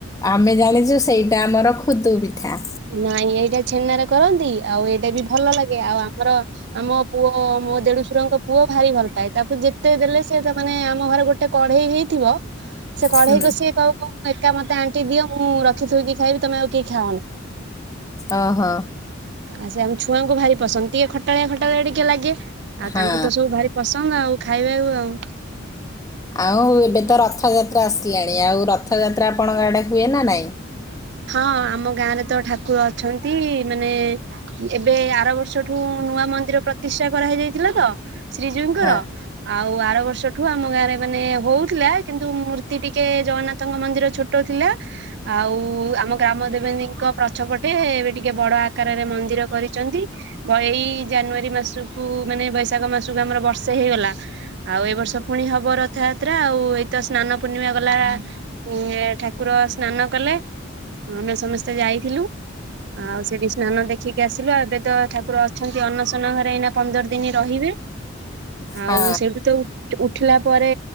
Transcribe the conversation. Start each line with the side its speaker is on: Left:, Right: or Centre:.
Left: ଆମେ ଜାଣିଛୁ ସେଇଟା ଆମର ଖୁଦୁ ପିଠା
Right: ନାଇଁ ଏଇଟା ଛେନାରେ କରନ୍ତି ଆଉ ଏଇଟା ବି ଭଲ ଲାଗେ ଆଉ ଆମର ଆମ ପୁଅ--, ମୋ ଦେଢୁସରଙ୍କ ପୁଅ ଭାରି ଭଲ ପାଏ ତାକୁ ଯେତେ ଦେଲେ ସେ ତା ମାନେ ଆମ ଘରେ ଗୋଟେ କଢ଼େଇ ହେଇଥିବ। ସେ କଢେଇ
Left: ହୁଁ
Right: କଷ କହୁ କ ଏକା ମତେ ଆଣ୍ଟି ଦିଅ ମୁଁ ରଖିଥକି ଖାଇବି ତମେ ଆଉ କେ କିହି ଖାଅ ନା?
Left: ଆ ହଁ।
Right: ଆଉ ସେ ଆମ ଛୁଆଙ୍କୁ ଭାରି ପସନ୍ଦ ଟିକେ ଖଟାଳିଆ ଖଟାଳିଆ ଟିକେ ଲାଗେ ଆଉ
Left: ହଁ
Right: ତାଙ୍କୁ ତ ସବୁ ଭାରି ପସ୍ ତଙ୍ଗ ଆଉ ଖାଇବାକୁ ଆଉ।
Left: ଆଉ ଏବେ ତ ରଥଯାତ୍ରା ଆସ୍ ତିଆଳିଆ, ଆଉ ରଥଯାତ୍ରା ଆପଣଙ୍କ ଆଡ଼େ ହୁଏ ନା ନାଇଁ?
Right: ହଁ ଆମ ଗାଁରେ ତ ଠାକୁର ଅଛନ୍ତି ମାନେ ଏବେ ଆର ବର୍ଷ ଠୁ ନୂଆ ମନ୍ଦିର ପ୍ରତିଷ୍ଠା କରାହେଇଯାଇଥିଲା ତ ଶ୍ରୀଜୀଉଙ୍କର
Left: ହଁ
Right: ଆଉ ଆର ବର୍ଷଠୁ ଆମ ଗାଁ ରେ ମାନେ ହଉଥିଲା କିନ୍ତୁ ମୂର୍ତ୍ତି ଟିକେ ଜଗନ୍ନାଥଙ୍କ ମନ୍ଦିର ଛୋଟ ଥିଲା ଆଉ। ଆମ ଗ୍ରାମ ଦେବୀଙ୍କ ପଛ ପଟେ ଏବେ ଟିକେ ବଡ଼ ଆକାରରେ ମନ୍ଦିର କରିଛନ୍ତି ବଇଳି ଇ ଜାନୁଆରୀ ମାସକୁ ମାନେ ବୈଶାଖ ମାସକୁ ଆମର ବର୍ଷେ ହେଇଗଲା ଆଉ ଏ ବର୍ଷ ପୁଣି ହବ ରଥ ଧାତ୍ରା ଆଉ ଏଇତ ସ୍ନାନ ପୂର୍ଣ୍ଣିମା ଗଲା ଉ ଠାକୁର ସ୍ନାନ କଲେ। ଆମେ ସମସ୍ତେ ଯାଇଥିଲୁ ଆଉ ସେଠି ସ୍ନାନ ଦେଖିକି ଆସିଲୁ ଏବେ ତ ଠାକ୍ କୁକୁର ଅଛନ୍ତି ଅନନ୍ନଶନ ଘରେ ଏଇନା ପନ୍ଦର ଦିନ ରହିବେ
Left: ହଁ
Right: ଆଉ ସେଇଠୁ ତଉ ଉଠିଲା ପରେ